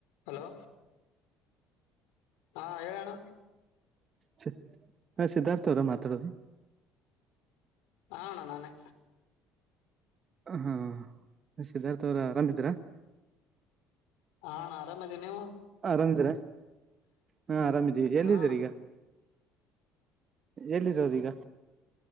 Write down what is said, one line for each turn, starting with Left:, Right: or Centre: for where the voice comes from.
Left: hello ಹಾ ಹೇಳ ಅಣ್ಣ
Right: ಛೇ ಹ ಸಿದ್ಧಾರ್ಥ ಅವರ ಮಾತಾಡೋದು
Left: ಹ ಅಣ್ಣ ನಾನೇ
Right: ಹಾ ಹ ಸಿದ್ಧಾರ್ಥ ಅವ್ರ ಆರಾಮಿದೀರ
Left: ಹ ಅಣ್ಣ ಆರಾಮದಿನಿ ನೀವು
Right: ಆರಾಮಿದೀರ ಹಾ ಆರಾಮಿದೀವಿ ಎಲ್ಲಿದ್ದೀರ
Left: ಹ ಅಣ್ಣ
Right: ಈಗ ಎಲ್ಲಿರೋದು ಈಗ